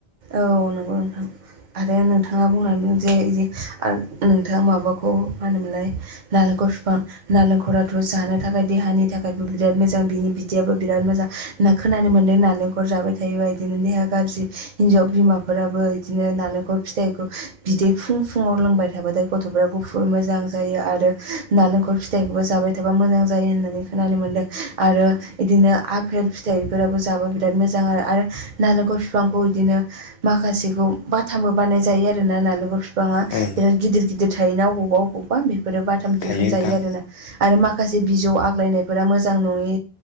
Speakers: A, on the right; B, on the left.
A: औ नोंगौ नोंथां। आरो नोंथाङा बुंलांदों जे इदि आ नोंथाङा माबाखौ मानो मोनलाय नालेखर फिफां नालेंखराथ' जानो थाखाय देहानि थाखायबो बिराद मोजां बिनि बिदैयाबो बिराद मोजा होना खोनो मोनदों नालेंखर जाबाय थायोबा इदिनो देहा गारजि हिनजाव बिमाफोराबो इदिनो नालेंखल फिथाइखौ बिदै फुं फुङाव लोंबाय थाबाथाय गथ'फ्रा गुफुर मोजां जायो आरो नालेंखल फिथायाइखौबो जाबाय थाबा मोजां जायो होननानै खोनानो मोन्दों आरो इदिनो आफेल फि थाइफोराबो जाबा बिराद मोजां आरो आरो नालेंखल फिफांखौ दिनो माखासेखौ बाथामबो बानाय जायो आरोना नारेंखर बिफाङा।
B: ओं
A: बिराद गिदिर गिदिर थायोना अबावबा अबावबा बिफोरो बाथाम
B: थायो
A: दिुहुन
B: नोंथां।
A: जायो आरो ना। आरो माखासे बिजौ आग्लायनायफोरा मोजां नङि